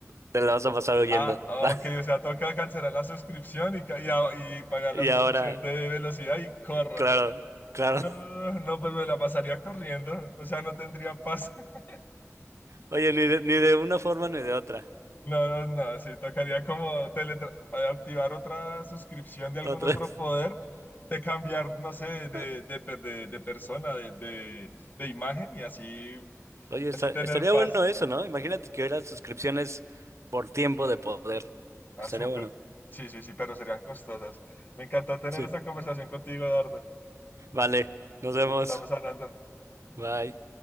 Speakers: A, on the right; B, on the left.
A: te la vas a pasar huyendo.
B: Ah, ah,
A: <laughs>
B: ok, o sea, toca cancelar la suscripción y, ca- y, a- y pagar
A: Y
B: la suscripción
A: ahora,
B: de velocidad y corra.
A: claro, claro.
B: No, no, pues me la pasaría corriendo, o sea, no tendría paz. <laughs>
A: Oye, ni de, ni de una forma ni de otra.
B: No, no, no, sí, tocaría como teletra- activar otra suscripción de algún
A: Otra.
B: otro poder, de cambiar, no sé, de,
A: <laughs>
B: de, per- de- de persona, de, de- de imagen y así,
A: Oye, esta-
B: así tener
A: estaría
B: paz.
A: bueno eso, ¿no? Imagínate que hubiera suscripciones por tiempo de poder.
B: Ah,
A: Estaría
B: súper.
A: bueno.
B: Sí, sí, sí, pero serían costosas. Me encantó tener
A: Sí.
B: esta conversación contigo, Eduardo.
A: Vale, nos vemos.
B: Entonces, Estamos hablando.
A: Bye.